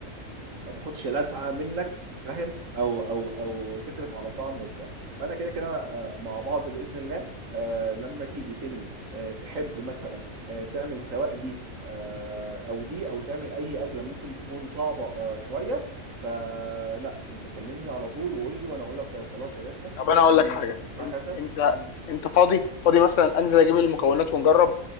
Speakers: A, on the right (about 70°); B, on the left (about 65°).
A: ما تاخدش لسعه منك فاهم او او او تكرف على طعم وبتاع فانا كده كده آه، مع بعض باذن الله آه، لما تيجي تنوي آه، تحب مثلا آه، تعمل سواء دي آه، او دي او تعمل اي اكله ممكن تكون صعبه آه، شويه فلا انت كلمني على طول وقول لي وانا اقول لك طيب خلاص يا باشا
B: طب انا اقول
A: كلمني
B: لك حاجه
A: مثلا في الساعه
B: انت
A: كذا
B: انت
A: مم.
B: انت فاضي فاضي مثلا انزل اجيب المكونات ونجرب